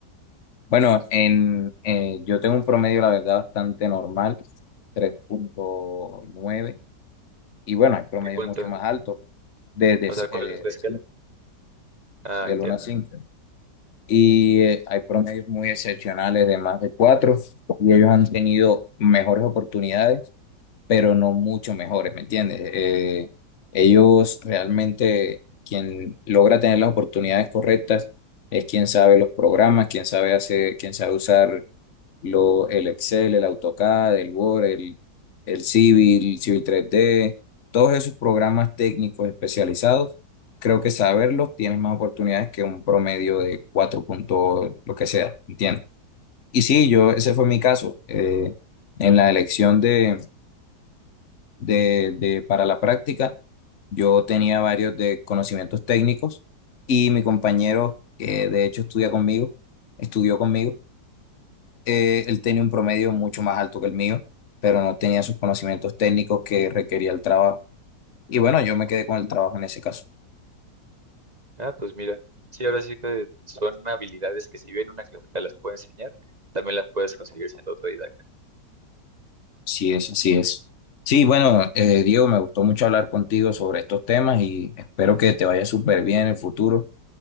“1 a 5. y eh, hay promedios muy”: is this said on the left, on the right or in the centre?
Left